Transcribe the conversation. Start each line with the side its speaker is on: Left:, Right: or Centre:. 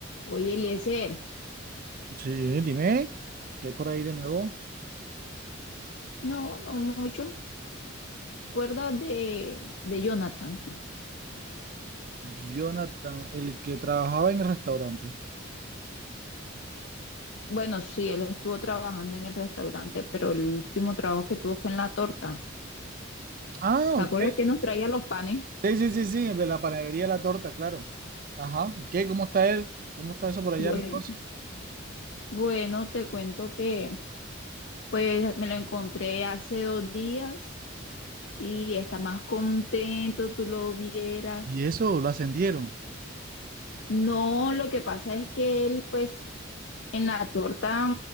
Left: Oye, Eliezer,
Right: Sí, dime, ¿qué hay por ahí de nuevo?
Left: no, no mucho. ¿Te acuerdas de, de Jonathan?
Right: Jonathan, el que trabajaba en el restaurante.
Left: Bueno, sí, él estuvo trabajando en el restaurante, pero el último trabajo que tuvo fue en la torta.
Right: Ah,
Left: ¿Te
Right: ok.
Left: acuerdas que nos traía los panes?
Right: Sí, sí, sí, sí, el de la panadería la torta, claro. Ajá, ¿qué? ¿Cómo está él? ¿Cómo está eso por allá
Left: Bueno,
Right: en el negocio?
Left: bueno, te cuento que pues me lo encontré hace dos días y está más contento, tú lo vieras.
Right: Y eso, lo ascendieron.
Left: No, lo que pasa es que él pues en la torta,